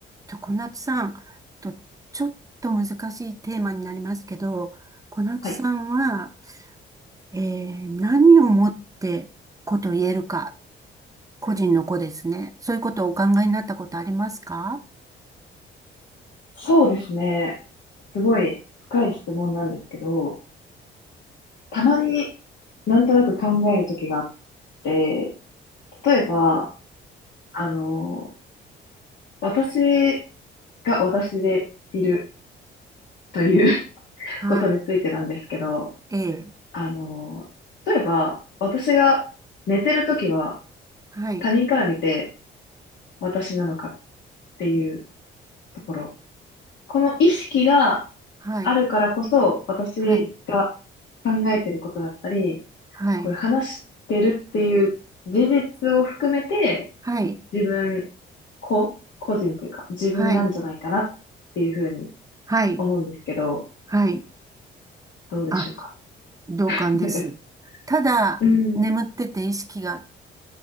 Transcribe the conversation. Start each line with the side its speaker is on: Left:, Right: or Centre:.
Right: と、小夏さん、と、ちょっと難しいテーマになりますけど、小夏さんは、
Left: はい。
Right: えー何をもって子と言えるか、個人の子ですね。そういうことをお考えになったことありますか
Left: そうですね。すごい深い質問なんですけど、たまになんとなく考える時があって、例えば、あの、私が私でいるという <laughs>
Right: はい。
Left: ことについてなんですけど、
Right: ええ。
Left: あの、例えば、私が寝てる時は
Right: はい。
Left: 他人から見て私なのかっていうところ。この意識が
Right: はい。
Left: あるからこそ、私が
Right: はい。
Left: 考えてることだったり、
Right: はい。
Left: こういう話してるっていう事実を含めて、
Right: はい。
Left: 自分、個、個人というか、自分なんじゃないかなっていうふうに
Right: はい。はい。
Left: 思うんですけど、
Right: はい。
Left: どうでしょうか。
Right: あ、同感です。
Left: <laughs>
Right: ただ、
Left: うん、
Right: 眠ってて意識が